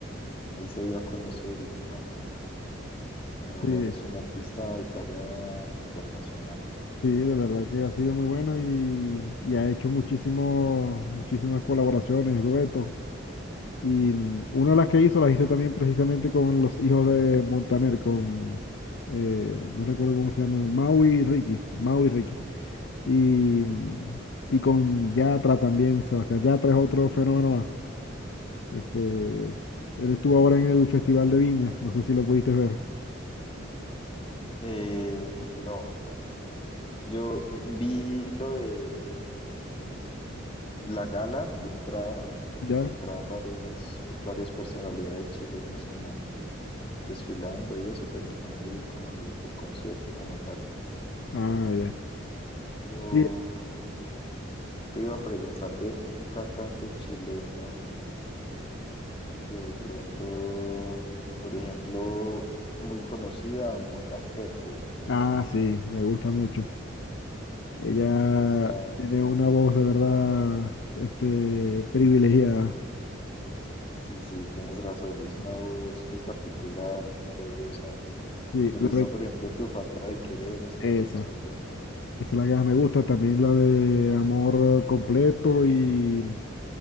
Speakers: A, on the left; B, on the left.
A: ahí se dio a conocer y mira, ahora
B: Sí,
A: es un artista de talla internacional.
B: sí, de verdad que ha sido muy bueno y, y ha hecho muchísimo, muchísimas colaboraciones, duetos. Y mm, una de las que hizo, las hizo también precisamente con los hijos de Montaner, con, eh, no recuerdo cómo se llaman, Mau y Ricky, Mau y Ricky. Y, mm, y con Yatra también, Sebastián. Yatra es otro fenómeno más. Este, él estuvo ahora en el Festival de Viña, no sé si lo pudiste ver.
A: Eh, no, yo vi lo de la gala de entrada,
B: ¿Ya?
A: que entraban varias, varias personalidades chilenas como desfilando y eso, pero no me vi como lo- el concierto como tal.
B: Ah, ya.
A: Yo
B: Sí.
A: Te iba a preguntar de un cantante chileno que de pronto, por ejemplo, muy conocida, Mon Laferte.
B: Ah, sí, me gusta mucho. Ella
A: Me gusta,
B: tiene una voz de verdad, este, privilegiada.
A: sí, sí, tienes razón, es una voz muy particular, muy melodiosa.
B: Sí,
A: Me gusta,
B: la ve-
A: por ejemplo, Tu falta de querer, esa
B: esa.
A: canción es muy buena.
B: Esa es la que más me gusta. También la de Amor Completo y,